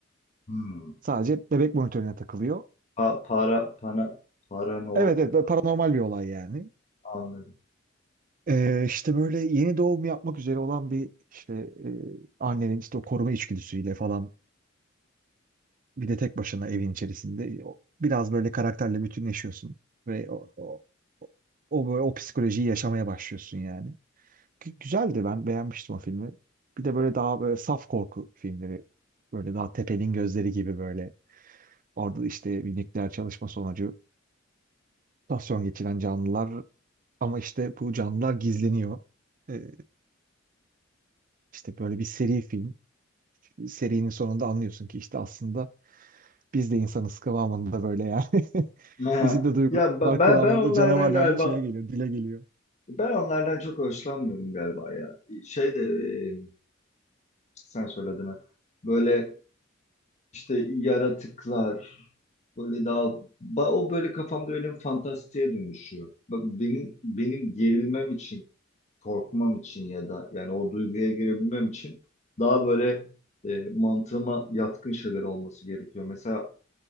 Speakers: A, on the left; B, on the right.
A: Hmm.
B: Sadece bebek monitörüne takılıyor.
A: Pa- para para paranormal
B: Evet evet böyle paranormal
A: gibi,
B: bir olay yani.
A: anladım.
B: E, işte böyle yeni doğum yapmak üzere olan bir işte e, annenin işte o koruma içgüdüsüyle falan bir de tek başına evin içerisinde o- biraz böyle karakterle bütünleşiyorsun ve o, o O böyle o psikolojiyi yaşamaya başlıyorsun yani. Gü- Güzeldi ben beğenmiştim o filmi. Bir de böyle daha böyle saf korku filmleri. Böyle daha Tepe'nin Gözleri gibi böyle. Orada işte bir nükleer çalışma sonucu mutasyon geçiren canlılar ama işte bu canlılar gizleniyor. Ee, işte böyle bir seri film. Serinin sonunda anlıyorsun ki işte aslında biz de insanız kıvamında böyle yani. <laughs>
A: He.
B: Bizim de duygularımız
A: Ya ben
B: var
A: ben
B: kıvamında
A: ben onlardan
B: canavarlar
A: galiba
B: da şeye geliyor, dile geliyor.
A: ben onlardan çok hoşlanmıyorum galiba ya. Şey de e, sen söyledin ha. Böyle işte yaratıklar böyle daha ba- o böyle kafamda benim fantastiğe dönüşüyor. Bak benim benim gerilmem için, korkmam için ya da yani o duyguya girebilmem için daha böyle e, mantığıma yatkın şeyler olması gerekiyor. Mesela